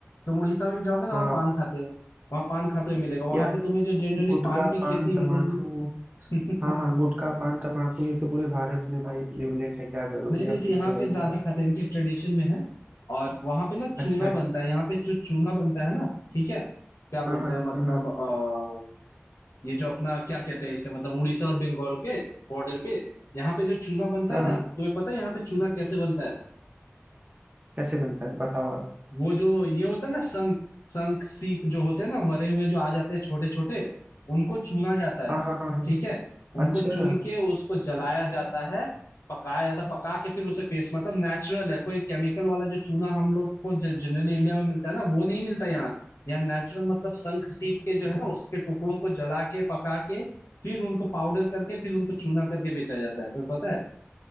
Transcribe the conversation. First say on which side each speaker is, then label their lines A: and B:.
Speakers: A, on the left; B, on the right.
A: तुम उड़ीसा में भी जाओगे ना
B: हाँ
A: वहाँ पान खाते हैं वहाँ पान खाते हुए मिलेगा वहां
B: यार
A: पे तुम्हें जो जनरली
B: गुटखा
A: पान की
B: पान
A: खेती
B: तमाकू
A: मिलेगी <laughs>
B: हाँ हाँ गुटखा पान तमाकू ये तो पूरे भारत में भाई प्रेवलेंट है क्या करोगे
A: नहीं नहीं
B: अब
A: तो यहाँ
B: ये तो है
A: पे
B: ही
A: ज्यादा खाते हैं इनके ट्रेडिशन में है और वहां पे ना
B: अच्छा
A: चूना बनता है यहाँ पे जो चूना बनता है ना ठीक है क्या बोलते
B: हाँ हाँ
A: हैं मतलब
B: हाँ हाँ
A: अ, ये जो अपना क्या कहते हैं इसे मतलब उड़ीसा और बंगाल के बॉर्डर पे यहाँ पे जो चूना बनता
B: हाँ
A: है
B: हाँ
A: ना तुम्हें पता है यहाँ पे चूना कैसे बनता है
B: कैसे बनता है बताओ आप
A: वो जो ये होता है ना संख संख सीप जो होते हैं ना मरे हुए जो आ जाते हैं छोटे छोटे उनको चुना जाता
B: हाँ
A: है
B: हाँ हाँ हाँ
A: ठीक है उनको
B: अच्छा
A: चुन के उसको जलाया जाता है पकाया जाता है पका के फिर उसे पेस्ट मतलब नेचुरल है कोई केमिकल वाला जो चूना हम लोग को जनरली इंडिया में मिलता है ना वो नहीं मिलता यहाँ यहाँ नेचुरल मतलब शंख सीप के जो है ना उसके टुकड़ों को जला के पका के फिर उनको पाउडर करके फिर उनको चूना करके बेचा जाता है तुम्हें पता